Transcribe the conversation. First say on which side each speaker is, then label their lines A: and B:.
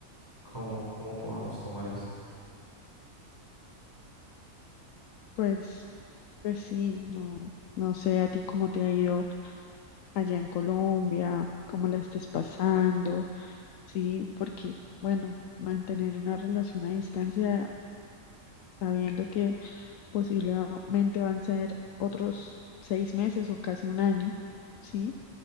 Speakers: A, on the left; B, on the left.
A: cómo, cómo podamos tomar esto.
B: Pues, pues sí, no, no sé a ti cómo te ha ido allá en Colombia, cómo la estés pasando, sí, porque, bueno, mantener una relación a distancia sabiendo que posiblemente van a ser otros seis meses o casi un año, ¿sí?